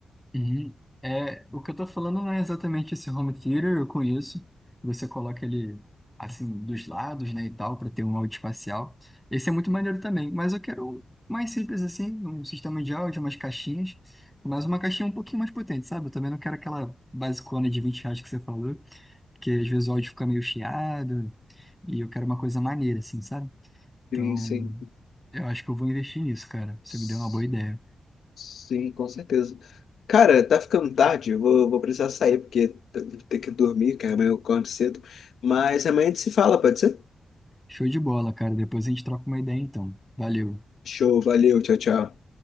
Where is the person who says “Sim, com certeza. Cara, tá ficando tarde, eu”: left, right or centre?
Left